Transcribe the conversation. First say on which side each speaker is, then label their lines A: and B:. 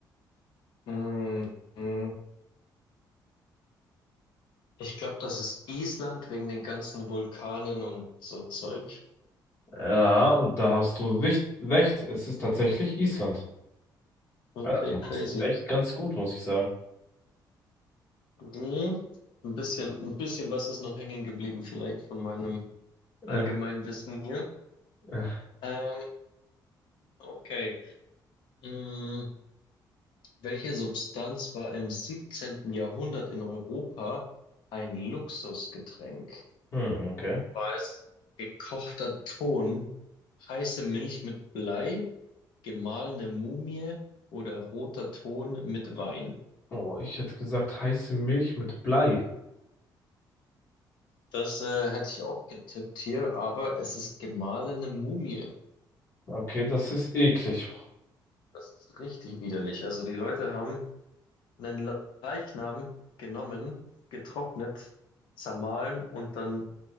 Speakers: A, on the left; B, on the left.
A: Fall. Mm, mm. Ich glaube, das ist Island wegen den ganzen Vulkanen und so Zeug.
B: Ja, und da hast du recht, recht. Es ist tatsächlich Island.
A: Okay,
B: Ja, du
A: crazy.
B: machst es echt ganz gut, muss ich sagen.
A: Mhm. Ein bisschen, ein bisschen was ist noch hängen geblieben, vielleicht von meinem
B: Äh,
A: allgemeinen Wissen hier.
B: äh.
A: Ähm, okay. Mhm. Welche Substanz war im 17. Jahrhundert in Europa ein Luxusgetränk?
B: Hm, okay.
A: War es gekochter Ton, heiße Milch mit Blei, gemahlene Mumie oder roter Ton mit Wein?
B: Oh, ich hätte gesagt heiße Milch mit Blei.
A: Das äh, hätte ich auch getippt hier, aber es ist gemahlene Mumie.
B: Okay, das ist eklig.
A: Das ist richtig widerlich. Also die Leute haben einen Le- Leichnam genommen, getrocknet, zermahlen und dann